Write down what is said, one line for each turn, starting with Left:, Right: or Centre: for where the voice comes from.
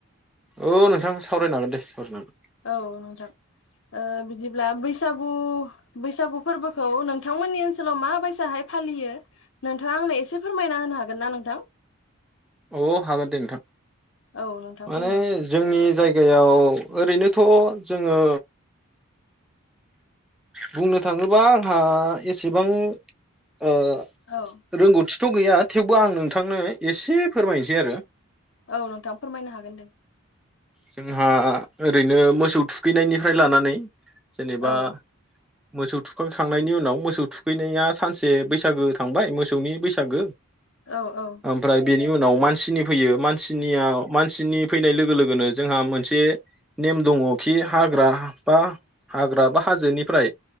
Centre: औ नोंथां सावरायनांगोन दे सावरायनो हागोन।
Left: औ नोंथां ओ बिदिब्ला बैसागु बैसागु फोरबोखौ नोंथांमोननि ओनसोलाव माबायसाहाय फालियो नोंथाङा आंनो एसे फोरमायना होनो हागोन ना नोंथां?
Centre: औ हागोन दे नोंथां
Left: औ नोंथां
Centre: माने
Left: फोरमाय
Centre: जोंनि जायगायाव ओरैनोथ' जोङो बुंनो थाङोबा आंहा एसेबां ओ
Left: औ
Centre: रोंगौथि थ' गैया थेवबो आं नोंथांनो एसे फोरमायनोसै आरो।
Left: औ नोंथाङा फोरमायनो हागोन दे।
Centre: जोंहा ओरैनो मोसौ थुखैनायनिफ्राय लानानै जेनेबा
Left: औ
Centre: मोसौ थुखांखांनायनि उनाव मोसौ थुखैनाया सानसे बैसागो थांबाय मोसौनि बैसागो।
Left: औ औ
Centre: ओमफ्राय बेनि उनाव नाव मानसिनि फैयो मानसिनिया मानसिनि फैनाय लोगो लोगो लोगो लोगोनो जोंहा मोनसे नेम दङ खि हाग्रा बा हाग्रा बा हाजोनिफ्राय